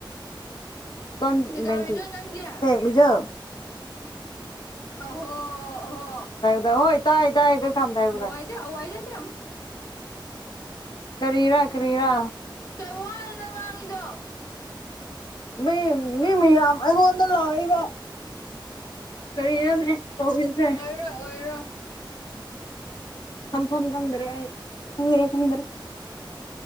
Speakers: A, on the left; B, on the left.
A: <unintelligible>
B: ꯀꯩꯗꯧꯔꯤꯅꯣ ꯅꯪꯗꯤ ꯑꯍꯣ ꯑꯍꯣ
A: ꯍꯣꯏ ꯇꯥꯏ ꯇꯥꯏ ꯀꯀꯥꯝ ꯗꯥꯏꯒꯨꯗꯥ
B: <unintelligible>
A: ꯀꯔꯤꯔꯥ ꯀꯔꯤꯔꯥ
B: ꯀꯩ ꯋꯥꯂꯅ ꯉꯥꯡꯉꯤꯗꯣ
A: ꯃꯤ ꯃꯤ ꯃꯤꯌꯥꯝ ꯑꯩꯉꯣꯟꯗ ꯂꯥꯛꯏꯕ ꯀꯔꯤꯗꯣꯅꯦ ꯇꯧꯕꯤꯁꯦ
B: ꯑꯣꯏꯔꯣ
A: ꯊꯝꯐꯝ ꯈꯪꯗ꯭ꯔꯦ ꯑꯩ ꯈꯪꯗꯔꯦ ꯈꯪꯗꯔꯦ